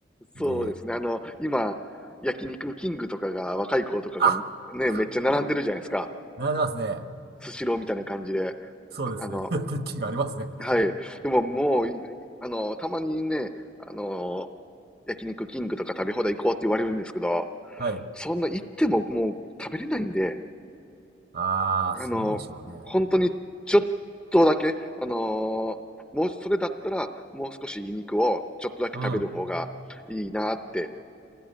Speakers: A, in the centre; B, on the right.
A: そうですね。
B: で、
A: あの、今、焼肉キングとかが、若い子とかが、
B: あ、
A: ね、
B: はいはい
A: めっちゃ並んでるじゃないですか。
B: 並んでますね。
A: スシローみたいな感じで。
B: そうですね。
A: ああの、
B: <laughs> 元気がありますね。
A: はい。でももう、いあの、たまにね、あの、焼肉キングとか食べ放題行こうって言われるんですけど、
B: はい。
A: そんな行ってももう食べれないんで、
B: ああ、そうでしょうね。
A: あの、本当にちょっとだけ、あのーもう、それだったら、もう少しいい肉をちょっとだけ食べる方がいいなって
B: うん。